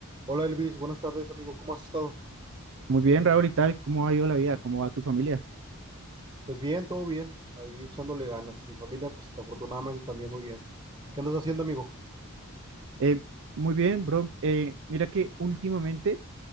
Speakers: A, on the right; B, on the right.
A: Hola Elvis, buenas tardes amigo, ¿cómo has estado?
B: Muy bien, Raúl, ¿y tal? ¿Cómo ha ido la vida? ¿Cómo va tu familia?
A: Pues bien, todo bien, ahí echándole ganas. Mi familia, pues afortunadamente también muy bien. ¿Qué andas haciendo amigo?
B: Eh, muy bien, bro. Eh, mira que últimamente,